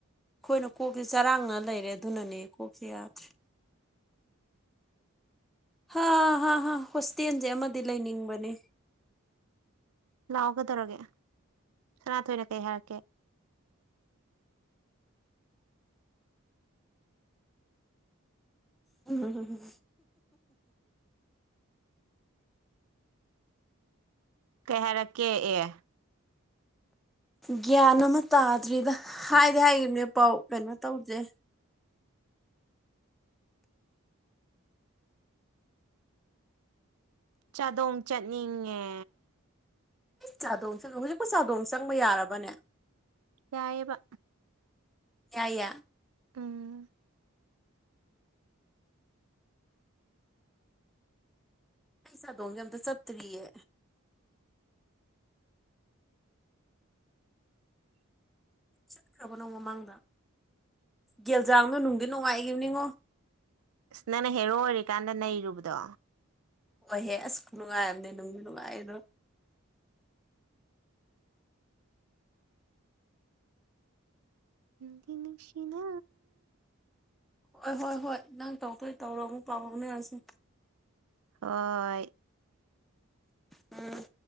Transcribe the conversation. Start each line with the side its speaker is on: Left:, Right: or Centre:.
Centre: ꯑꯈꯣꯏꯅ ꯀꯣꯛꯁꯦ ꯆꯔꯥꯡꯅ ꯂꯩꯔꯦ ꯑꯗꯨꯅꯅꯦ ꯀꯣꯛꯁꯦ ꯌꯥꯗ꯭ꯔꯦ ꯍꯥ ꯍꯥ ꯍꯥ ꯍꯣꯁꯇꯦꯟꯖꯦ ꯑꯃ ꯗꯤ ꯂꯩꯅꯤꯡꯕꯅꯤ
Right: ꯂꯥꯛꯑꯣ ꯀꯩꯗꯧꯔꯒꯦ ꯁꯅꯥꯊꯣꯏꯅ ꯀꯩ ꯍꯥꯏꯔꯛꯀꯦ
Centre: ꯎꯝ
Right: ꯀꯩ ꯍꯥꯏꯔꯛꯀꯦ ꯑꯦ
Centre: ꯒ꯭ꯌꯥꯟ ꯑꯃ ꯇꯥꯗ꯭ꯔꯤꯗ ꯍꯥꯏꯗꯤ ꯍꯥꯏꯒꯤꯕꯅꯦ ꯄꯥꯎ ꯀꯩꯅꯣ ꯇꯧꯗꯦ
Right: ꯆꯥꯗꯣꯡ ꯆꯠꯅꯤꯡꯉꯦ
Centre: ꯆꯥꯗꯣꯡ ꯆꯠꯂꯨ ꯍꯧꯖꯤꯛꯄꯨ ꯆꯥꯗꯣꯡ ꯆꯪꯕ ꯌꯥꯔꯕꯅꯦ
Right: ꯌꯥꯏꯌꯦꯕ
Centre: ꯌꯥꯏꯌꯦ
Right: ꯎꯝ
Centre: ꯑꯩ ꯆꯥꯗꯣꯡꯖꯦ ꯑꯝꯇ ꯆꯠꯇ꯭ꯔꯤꯌꯦ ꯆꯠꯈ꯭ꯔꯕꯣ ꯅꯪ ꯃꯃꯥꯡꯗ ꯒꯦꯜꯖꯥꯡꯗꯣ ꯅꯨꯡꯗꯤ ꯅꯨꯡꯉꯥꯏꯒꯤꯕꯅꯤꯉꯣ
Right: ꯑꯁ ꯅꯪꯅ ꯍꯦꯔꯣ ꯑꯣꯏꯔꯤꯀꯥꯟꯗ ꯅꯩꯔꯨꯕꯗꯣ
Centre: ꯍꯣꯏꯍꯦ ꯑꯁ ꯈꯨꯅꯨꯡꯉꯥꯏ ꯑꯝꯅꯤ ꯅꯨꯡꯖꯨ ꯅꯨꯡꯉꯥꯏꯕꯗꯣ
Right: ꯅꯨꯡꯗꯤ ꯅꯨꯡꯁꯤꯅ
Centre: ꯍꯣꯏ ꯍꯣꯏ ꯍꯣꯏ ꯅꯪ ꯇꯧꯗꯣꯏ ꯇꯧꯔꯣ ꯑꯃꯨꯛ ꯄꯥꯎ ꯐꯥꯎꯅꯔꯁꯦ
Right: ꯍꯣꯏ
Centre: ꯎꯝ